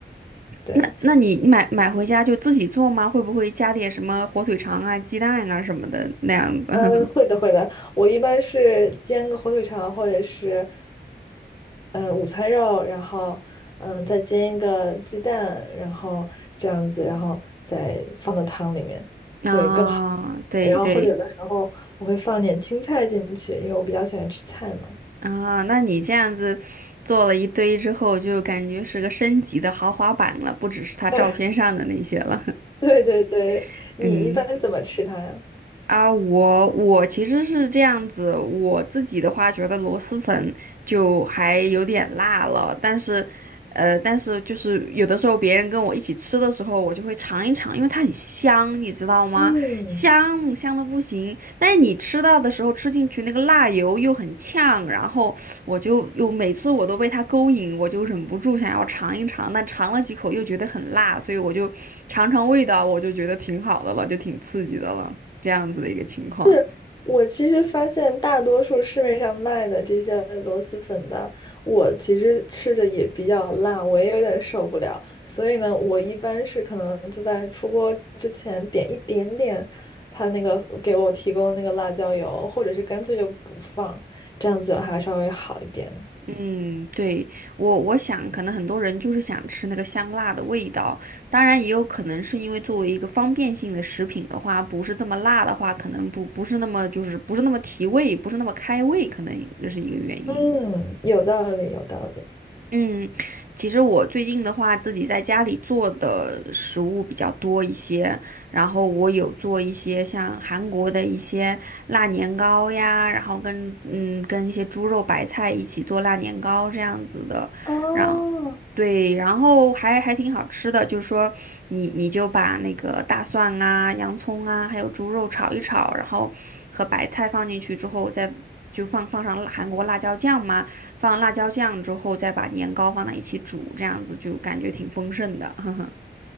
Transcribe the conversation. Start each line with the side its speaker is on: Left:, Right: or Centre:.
Left: 对，
Right: 那那你买买回家就自己做吗？会不会加点什么火腿肠啊、鸡蛋啊什么的那样子？
Left: 嗯，会的会的，我一般是煎个火腿肠或者是嗯、呃午餐肉，然后嗯再煎一个鸡蛋，然后这样子，然后再放到汤里面会更好。
Right: <laughs> 啊，对对
Left: 然后或者有的时候我会放点青菜进去，因为我比较喜欢吃菜嘛。
Right: 啊，那你这样子做了一堆之后，就感觉是个升级的豪华版了，不只是他照片上的那些了。
Left: <laughs> 对对对对，
Right: <laughs>
Left: 你一般怎么吃它呀？
Right: 嗯。啊，我我其实是这样子，我自己的话觉得螺蛳粉就还有点辣了，但是，呃，但是就是有的时候别人跟我一起吃的时候，我就会尝一尝，因为它很香，你知道吗？
Left: 嗯。
Right: 香香的不行，但是你吃到的时候吃进去那个辣油又很呛，然后我就又每次我都被它勾引，我就忍不住想要尝一尝，但尝了几口又觉得很辣，所以我就尝尝味道，我就觉得挺好的了，就挺刺激的了。这样子的一个情况。
Left: 是我其实发现，大多数市面上卖的这些螺蛳粉的，我其实吃着也比较辣，我也有点受不了。所以呢，我一般是可能就在出锅之前点一点点，他那个给我提供的那个辣椒油，或者是干脆就不放，这样子还稍微好一点。
Right: 嗯，对，我我想，可能很多人就是想吃那个香辣的味道，当然也有可能是因为作为一个方便性的食品的话，不是这么辣的话，可能不不是那么就是不是那么提味，不是那么开胃，可能这是一个原因。
Left: 嗯，有道理，有道理。
Right: 嗯，其实我最近的话，自己在家里做的食物比较多一些，然后我有做一些像韩国的一些辣年糕呀，然后跟嗯跟一些猪肉白菜一起做辣年糕这样子的，
Left: 哦，
Right: 让对，然后还还挺好吃的，就是说你你就把那个大蒜啊、洋葱啊，还有猪肉炒一炒，然后和白菜放进去之后再。就放放上辣韩国辣椒酱嘛，放辣椒酱之后，再把年糕放在一起煮，这样子就感觉挺丰盛的，<laughs>